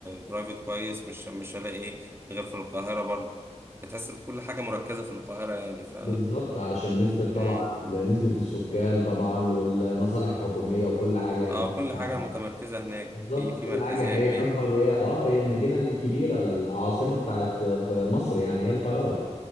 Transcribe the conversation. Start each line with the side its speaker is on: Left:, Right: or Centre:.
Right: برايفت كويس مش مش هلاقي إيه غير في القاهره برضه بتحس إن كل حاجه مركزه في القاهره يعني ف
Left: بالظبط علشان نسبة طبعا
Right: امم
Left: نسبة السكان طبعا والمصالح الحكومية وكل حاجة يعني
Right: اه كل
Left: آه،
Right: حاجه متمركزه هناك
Left: بالظبط
Right: في
Left: كل
Right: في مركزيه
Left: حاجة هي
Right: كبيره
Left: أكبر هي اه هي المدينة الكبيرة العاصمة بتاعت مصر يعني هي القاهرة